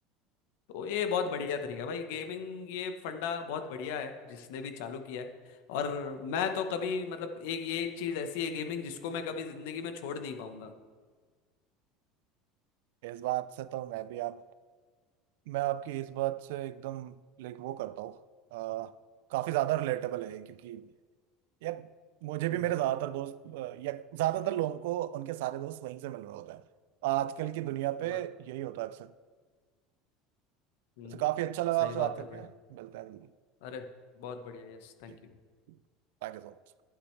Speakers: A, on the left (about 70°); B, on the right (about 75°).
A: तो ये बहुत बढ़िया तरीका है भाई गेमिंग ये फंडा बहुत बढ़िया है जिसने भी चालू किया है और मैं तो कभी मतलब एक ये एक चीज ऐसी है गेमिंग जिसको मैं कभी जिंदगी में छोड़ नहीं पाऊंगा
B: इस बात से तो मैं भी आप मैं आपकी इस बात से एकदम लाइक वो करता हूँ अ, काफी ज्यादा रिलेटेबल है ये, क्योंकि यार मुझे भी
A: हम्म
B: मेरे ज्यादातर दोस्त अ, या ज्यादातर लोगों को उनके सारे दोस्त वहीं से मिल रहे होते हैं आजकल की दुनिया पे
A: बस
B: यही होता है अक्सर
A: हम्म
B: तो काफी अच्छा लगा
A: सही
B: आपसे
A: बात
B: बात करके
A: है भाई
B: मिलते हैं
A: अरे बहुत बढ़िया यस थैंक
B: जी
A: यू
B: थैंक यू सो मच